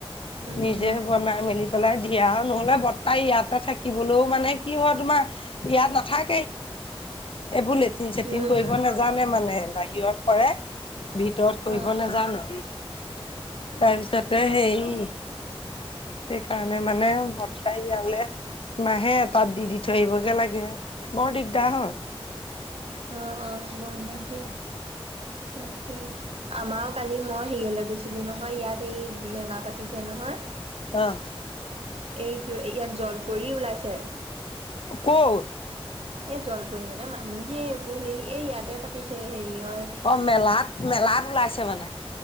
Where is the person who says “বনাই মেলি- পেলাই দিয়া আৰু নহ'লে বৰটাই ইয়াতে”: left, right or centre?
Left